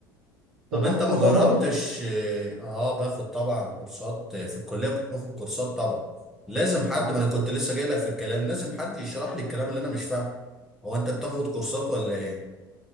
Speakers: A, in the centre; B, on the right.
A: طب
B: أنت بتاخد
A: انت ما
B: كورسات
A: جربتش
B: برضو؟
A: اه آه، باخد طبعا كورسات آه، في الكليه كنت باخد كورسات طبعا لازم حد
B: اه
A: ما انا كنت لسه جاي لك في الكلام لازم حد يشرح لي الكلام اللي انا مش فاهمه هو انت بتاخد كورسات ولا ايه